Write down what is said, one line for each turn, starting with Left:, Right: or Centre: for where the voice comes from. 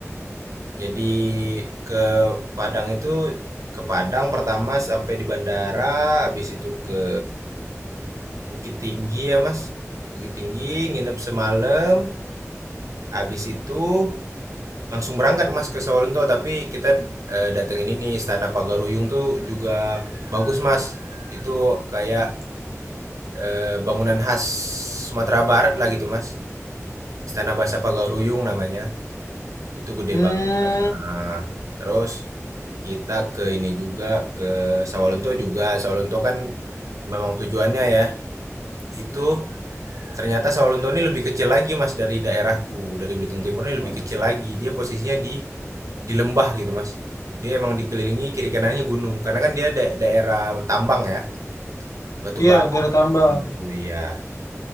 Right: jadi ke Padang itu ke Padang pertama sampai di bandara habis itu ke Bukit Tinggi ya Mas. Bukit Tinggi nginep semalam habis itu langsung berangkat Mas ke Sawalunto tapi kita eh, datengin ini Istana Pagaruyung tuh juga bagus Mas. Itu kayak eh, bangunan khas Sumatera Barat lah gitu Mas. Istana Bahasa Pagaruyung namanya, itu gede
Left: Hmm,
Right: banget. Nah, terus kita ke ini juga, ke Sawalunto juga. Sawalunto kan memang tujuannya ya, itu ternyata Sawalunto ini lebih kecil lagi mas dari daerahku, dari Belitung Timur ini lebih kecil lagi. Dia posisinya di di lembah gitu mas. Dia emang dikelilingi kiri kanannya gunung, karena kan dia da- daerah tambang ya, batu
Left: iya
Right: bara.
Left: daerah tambang.
Right: Iya.